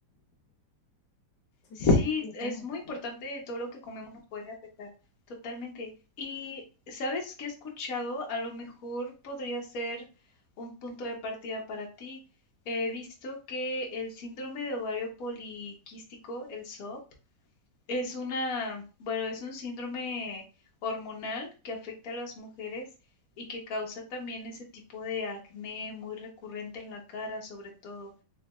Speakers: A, on the left; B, on the left.
A: se
B: Sí,
A: te manifiesta
B: es
A: en la
B: muy
A: cara.
B: importante todo lo que comemos nos puede afectar, totalmente. Y sabes que he escuchado, a lo mejor podría ser un punto de partida para ti. He visto que el síndrome de ovario poliquístico, el SOP, es una, bueno, es un síndrome hormonal que afecta a las mujeres y que causa también ese tipo de acné muy recurrente en la cara, sobre todo.